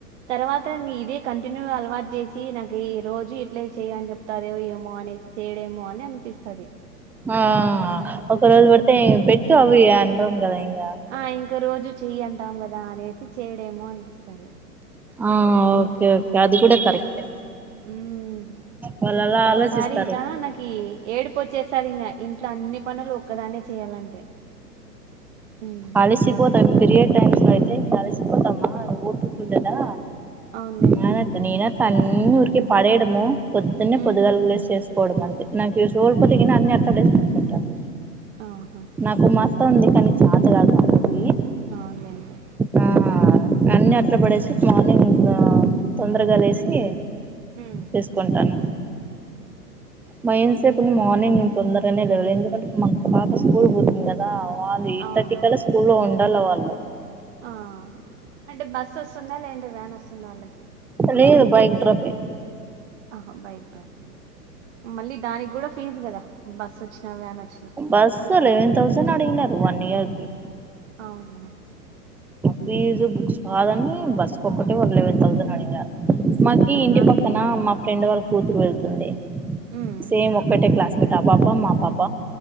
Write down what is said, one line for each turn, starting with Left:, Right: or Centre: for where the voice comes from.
Right: తర్వాత ఇదే కంటిన్యూ అలవాటు చేసి నాకు ఈరోజు ఇట్లే చేయ అని చెప్తాడె ఏమో అనేసి చేయడేమో అని ఇస్తది
Centre: ఆ ఒకరోజు పడితే పెట్టు అవి కదా ఇంకా
Right: ఆ ఇంక రోజు చెయ్యంటాం కదా దా అనేసి చేయడేమో అనిపిస్తది
Centre: ఆ ఓకే ఓకే అది కూడా కరెక్ట్
Right: ఉమ్
Centre: వాళ్ళు అలా
Right: ఒకసారి
Centre: ఆలోచిస్తారు
Right: ఇంకా నాకి ఏడిపు వచ్చేస్తాది ఇంకా ఇంట్లో అన్ని పనులు ఒక్కదాన్నే చేయాలంటే హ్మ్
Centre: అలసిపోతం బిరే టైమ్స్ అయితే ఇం అలిసిపోతామా ఊటుకుంటదా
Right: అవునులేండి
Centre: ననా అన్నీ ఊరికి పడేయడము పొద్దున్నే
Right: హ్మ్
Centre: పొదుగాల లేసి చేసు పోవడం అంతె నాకు సోఓల్పోతే అన్ని అర్థండేసుకునుకుంటాను
Right: ఆహా హ్మ్
Centre: నాకు మత్త ఉంది కానీ చేతగాదు మక్కకి
Right: అవునులే అండి
Centre: ఆ అన్ని అట్లా పడేసి మార్నింగ్ తొందరగా లేసి
Right: హ్మ్
Centre: చేసుకుంటాను మా ఏం సేపు నువు మార్నింగ్ నేను తొందరగానే లేవలే ఎందుకంటే మా పాప స్కూల్ పోతుంది కదా వాళ్ళు ఎయిట్
Right: అవునవును
Centre: థర్టీ కలా స్కూల్ లో ఉండాల వాళ్ళు
Right: ఆ అంటే బస్సు వస్తుందా లేదంటే వ్యాన్ వస్తుందా వాళ్ళకి
Centre: అ లేదు బైక్ డ్రపె
Right: ఆహ బైక్ డ్రాపింగ్ మళ్ళీ దానికి కూడా ఫీజ్ కదా బస్ వచ్చినా వాన్ వచ్చినా
Centre: బస్ లెవెన్ తౌసండ్ అడిగిండంట వన్ ఇయర్కి
Right: అవును
Centre: ఫీజు బుక్స్ కాదని బస్సు కు ఒక్కటే లెవెన్ థౌసండ్ అడిగారు
Right: హ్మ్
Centre: మాకి ఇంటి
Right: అందులో
Centre: పక్కన మా ఫ్రెండ్ వాళ్ళ కూతురు వెళ్తుంది
Right: హ్మ్
Centre: సేమ్ ఒక్కటే క్లాస్మేట్ ఆ పాప మా పాప